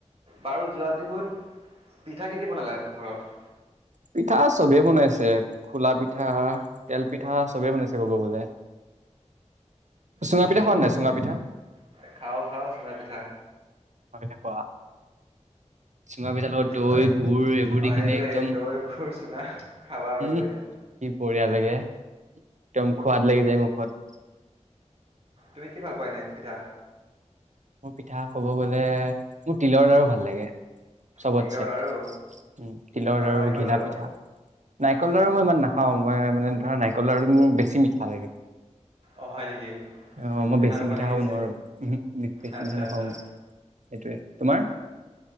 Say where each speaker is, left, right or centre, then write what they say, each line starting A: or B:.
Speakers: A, on the right; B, on the right.
A: বাৰু যোৱা বিহুত পিঠা কি কি বনালে ঘৰত?
B: পিঠা চবে বনাইছে খোলা পিঠা, তেল পিঠা চবে বনাইছে ক'ব গলে। চুঙা
A: তুমি
B: পিঠা
A: কি
B: খোৱা
A: ভাল পোৱা
B: নাই
A: আকৌ
B: চুঙা পিঠা?
A: এ খাও খাও চুঙা পিঠা।
B: হয় কোৱা। চুঙা পিঠা লগত
A: দেউতাকে
B: দৈ গুৰ এইবোৰ
A: অ'
B: দি কিনে
A: এইটোৱে
B: একদম
A: দৈ, গুৰ, চুঙা খাবা আৰু
B: উম কি
A: এয়া।
B: বঢ়িয়া লাগে। একদম খোৱাদ লাগি যায় মুখত।
A: তুমি কি ভাল পোৱা এনে পিঠা।
B: মোৰ পিঠা কব গ'লে মোৰ তিলৰ লাৰো ভাল লাগে। চবতছে
A: তিলৰ লাৰু
B: উম', তিলৰ-লাৰু,
A: আৰু নাৰিকল
B: ঘিলা-
A: লাৰু?
B: পিঠা। নাৰিকল -লাৰু মই, ইমান নাখাওঁ। মই মানে ধৰা নাৰিকল-লাৰু মোৰ বেছি মিঠা লাগে।
A: অ' হয় নেকি?
B: অহ ', মই বেছি
A: নোখোৱা
B: মিঠা
A: নেকি
B: খাব
A: বেছি?
B: নোৱাৰো। উমহু, ' মি, বেছি
A: আচ্ছা
B: মিঠা নাখাওঁ।
A: আচ্ছা।
B: এইটোৱে। তোমাৰ?